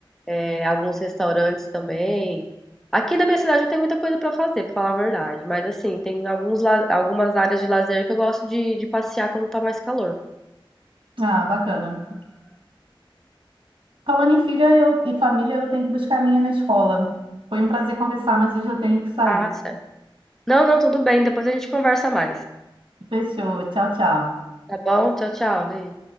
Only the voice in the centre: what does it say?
é, alguns restaurantes também. Aqui na minha cidade não tem muita coisa pra fazer, pra falar a verdade. Mas assim, tem alguns, la- algumas áreas de lazer que eu gosto de, de passear quando tá mais calor.
Ah, sério Não, não, tudo bem. Depois a gente conversa mais.
Tá bom? Tchau, tchau, beijo.